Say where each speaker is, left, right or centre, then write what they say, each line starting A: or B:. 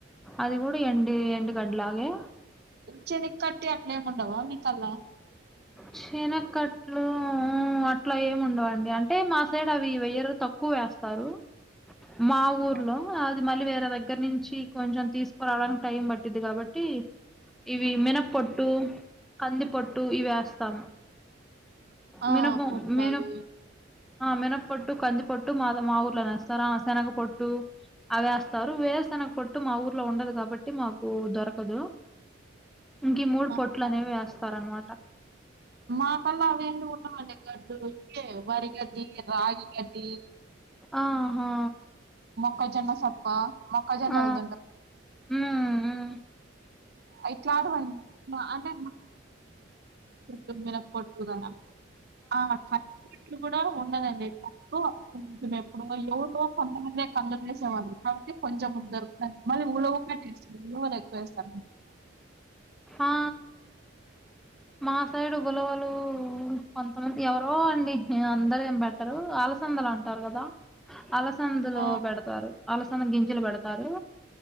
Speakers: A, in the centre; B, on the right.
A: అది కూడా ఎండు గడ్డిలాగే
B: చెని కట్టి అట్లే ఏముండవా మీకల్లా
A: చినకట్లు అట్లా ఏమి ఉండవండి. అంటే మా సైడ్ అవి వేయరు తక్కువ వేస్తారు. మా ఊర్లో
B: ఆ
A: అది మళ్ళ వేర దగ్గర నుంచి కొంచెం తీసుకురావడానికి టైం పట్టిద్ది కాబట్టి ఇవి మినపొట్టు, కంది పొట్టు ఇవి వేస్తాము
B: ఆ,
A: మినపు
B: పొట్లు
A: మినపు
B: అవి
A: మే పొట్టు కందిపొట్టు మాది మా ఊర్ల నేస్తారు ఆ శనగపొట్టు అదేస్తారు వేరుసెనగ పొట్టు మా ఊర్లో ఉండదు గాబట్టి మాకు దొరకదు ఇంకీ మూడ్ పొట్లనేవి
B: ఆహా!
A: వేస్తార అన్మాట
B: మాకల్లా అవేం ఉండవండి గడ్డు ఇవే వరిగడ్డి, రాగి కట్టి
A: ఆహా
B: క్కొజన్న సప్ప మొక్కజన్నల్దంట
A: ఆ మ్ మ్
B: అయి చేతవాయిన్ అంటే చెత్తందరా పట్టుగా ఆ <inaudible> కుడా ఉండదండి తక్కువ కొంచం ఎప్పుడో ఎవురో కొందమందే కంద వేసేవాళ్ళు కాబట్టి కొంజెం దొరుకుతాయ్ మళ్లీ ఊళ్లో <inaudible> ఊరు వాళ్ళు ఎక్కువేస్తారు
A: ఆ మాసైడు ఉలవలు కొంతమంది ఎవరో అండి ఇగ అందరు ఏం బెట్టరు అసందలంటారు గదా అలసందులో
B: ఆ!
A: బెడతారు అలసందల గింజ గొడతారు